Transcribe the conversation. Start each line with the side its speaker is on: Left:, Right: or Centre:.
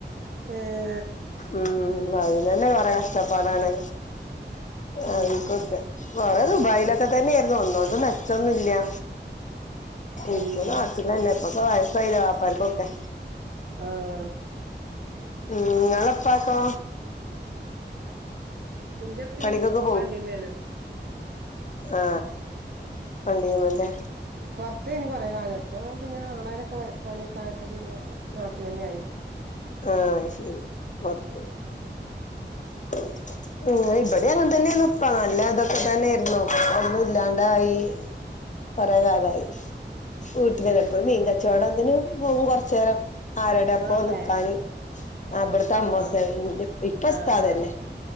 Right: ഏ
Left: ഉം അയ്നെന്നെ കൊറെ കഷ്ടപ്പാടാണ് അതിപ്പോക്കെ
Right: ഉം
Left: കൊറെ ദുബായിലൊക്കെ തന്നെര്ന്നു ഒന്നോണ്ടും മെച്ചൊന്നുല്ല
Right: ഉം
Left: ഇപ്പൊ നാട്ടിലെന്നെ ഇപ്പൊക്കെ വയസ്സായില്ലേ വാപ്പാര്ക്കൊക്കെ
Right: ആഹ്
Left: ഉം ങ്ങളെ പ്പാക്കോ
Right: ന്റെപ്പീയും
Left: പണിക്കൊക്കെ
Right: വണ്ടിമ്മേണ്
Left: ആ വണ്ടീങൊണ്ട്
Right: പൊർത്തേയ്ന് കൊറേകാലം ഇപ്പൊ പിന്നെ ആങ്ങളരൊക്കെ പണിയൊക്കായപ്പോ പിന്നെ നാട്ടിലെന്നായി
Left: ആ അത് ശെരി പൊർത്ത് <inaudible> ഉം ഇവടെ അങ്ങൻത്തെന്നെന്നുപ്പോ നല്ല ഇതൊക്കെ തന്നെര്ന്നു ഇപ്പൊന്നും ല്ലാണ്ടായി കൊറേ കാലായി വീട്ടില്
Right: ഉം
Left: നിന്ന് ഇപ്പോ മീൻകച്ചോടത്തിന് പോവും കൊർച്ചേരം ആരുടെപ്പോ
Right: ഇങ്ങളെപ്പേ
Left: നിക്കാന് അ ഇവ്ട്ത്തെ അമ്മോസന്
Right: ആഹ്
Left: ന്റെ പ്പി പ്പ ഉസ്താദല്ലേ
Right: ആഹ് ആഹ്